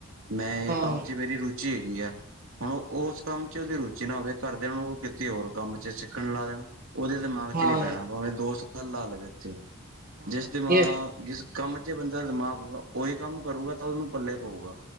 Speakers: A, on the right; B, on the right.
A: ਮੈਂ ਇਹ
B: ਹਾਂ
A: ਕੰਮ ਚ, ਮੇਰੀ ਰੂਚੀ ਹੈਗੀ ਆ। ਹੁੰ ਉਸ ਕੰਮ ਚ ਉਹਦੀ ਰੁਚੀ ਨਾ ਹੋਵੇ, ਘਰਦੇ ਓਹਨੂੰ ਕਿਤੇ ਹੋਰ ਕੰਮ ਚ ਸਿੱਖਣ ਲਾ ਦੇਣ। ਉਹਦੇ ਦਿਮਾਗ ਚ
B: ਹਾਂ
A: ਨੀ ਪੈਣਾ, ਭਾਵੇਂ ਦੋ ਸਾਲ ਲਾ ਲਵੇ ਉਥੇ।
B: ਹਾਂ
A: ਜਿਸ ਦਿਮਾਗ,
B: ਜੇ
A: ਜਿਸ ਕੰਮ ਚ ਬੰਦਾ ਦਾ ਦਿਮਾਗ ਹੋਊਗਾ, ਉਹੀ ਕੰਮ ਕਰੇਗਾ ਤਾਂ ਉਹਨੂੰ ਪੱਲੇ ਪਊਗਾ।